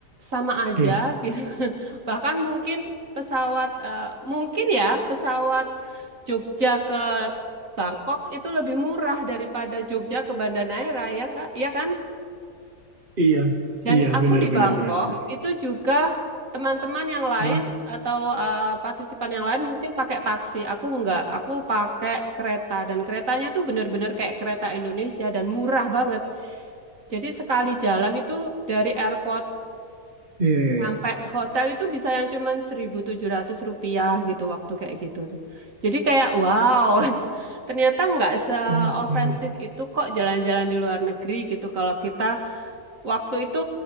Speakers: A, on the right; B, on the right.
A: sama aja
B: Iya,
A: gitu. <laughs> Bahkan mungkin pesawat eh, mungkin ya pesawat Jogja ke Bangkok itu lebih murah daripada Jogja ke Banda Neira ya Kak? Iya kan?
B: iya,
A: Dan
B: iya,
A: aku
B: benar,
A: di
B: benar,
A: Bangkok
B: benar, benar.
A: itu juga teman-teman yang lain
B: Ah,
A: atau eh, partisipan yang lain mungkin pakai taksi. Aku enggak, aku pakai kereta dan keretanya tuh bener-bener kayak kereta Indonesia dan murah banget. Jadi sekali jalan itu dari airport
B: iya, iya,
A: Sampai
B: iya.
A: hotel itu bisa yang cuman 1.700 rupiah gitu waktu kayak gitu tuh. Jadi kayak wow, <laughs> ternyata nggak seofensif
B: Oke,
A: itu kok jalan-jalan di luar negeri gitu. Kalau kita waktu itu